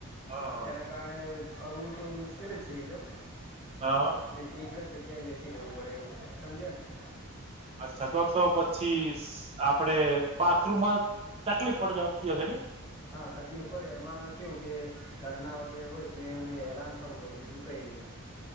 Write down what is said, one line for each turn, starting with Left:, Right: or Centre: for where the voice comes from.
Right: હા
Centre: તેના કારણે ફરવું તો મુશ્કેલ જ છે એકદમ
Right: હા
Centre: એટલે એક જગ્યાએ રહેવું પડે એવું સમજ્યા ને <inaudible>
Right: અચ્છા તો તો પછી આપડે બાથરૂમમાં. તકલીફ પડતી હશે ને
Centre: હા તકલીફ પડે એમાં કેવું કે ઘરના વગેરે હોય તેમને હેરાન થવું પડે બીજું કઈ નહી.